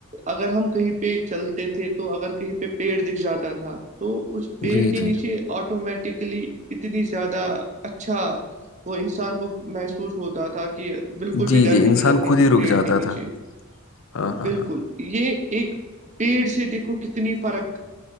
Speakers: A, on the right; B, on the left.
A: اگر ہم کہیں پہ چلتے تھے تو اگر کہیں پہ پیڑ دکھ جاتا تھا تو اس پیڑ
B: جی
A: کے
B: جی
A: نیچے آٹومیٹکلی اتنی زیادہ اچھا وہ انسان کو محسوس ہوتا تھا کہ بالکل بھی
B: جی
A: گرمی
B: جی انسان
A: نہیں لگتی
B: خود
A: تھی
B: ہی
A: اس
B: رک
A: پیڑ
B: جاتا
A: کے نیچے
B: تھا ہاں ہاں
A: بالکل
B: ہاں
A: یہ ایک پیڑ سے دیکھو کتنی فرق